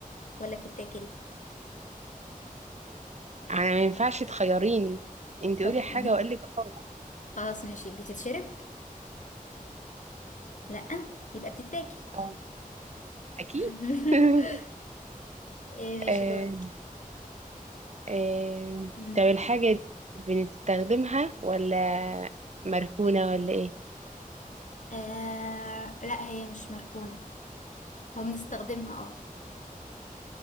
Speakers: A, on the left; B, on the right.
A: ولا بتتاكل
B: انا ما ينفعش تخيريني انت قولي
A: طب
B: حاجة واقول لك اه
A: <laughs> خلاص ماشي بتتشرب لا يبقى بتتاكل
B: آه، أكيد
A: <laughs>
B: <laughs>
A: آه، ماشي
B: آه،
A: دورك
B: آه،
A: مم.
B: طب الحاجة دي بنستخدمها ولا مركونة ولا إيه؟
A: آه لا هي مش مركونة هو بنستخدمها اه